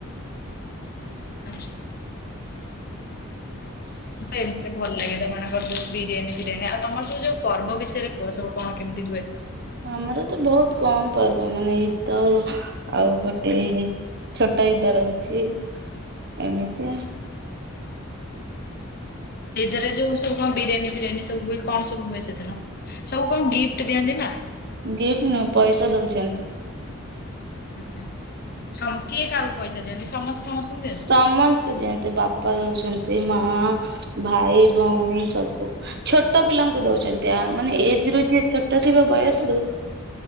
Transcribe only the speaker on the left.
ଆଚ୍ଛା। ମତେ ଏମିତିରେ ଭଲ ଲାଗେ <unintelligible> ଯୋଉ ବିରିୟାନୀ ଫିରିୟାନୀ ଆଉ ତମର ସବୁ ଯୋଉ ପର୍ବ ବିଷୟରେ କୁହ ସବୁ କଣ କେମିତି ହୁଏ?
ସେଦରେ ଯୋଉ ସବୁ କଣ ବିରିୟାନୀ ଫିରିୟାନୀ ସବୁ ହୁଏ କଣ ସବୁ ହୁଏ ସେଦିନ? ସବୁ କଣ ଗିଫ୍ଟ ଦିଅନ୍ତି ନା?
ଉର୍ହୁ ଛକି କାହାକୁ ପଇସା ଦିଅନ୍ତି ସମସ୍ତେ ସମସ୍ତଙ୍କୁ ଦିଅନ୍ତି?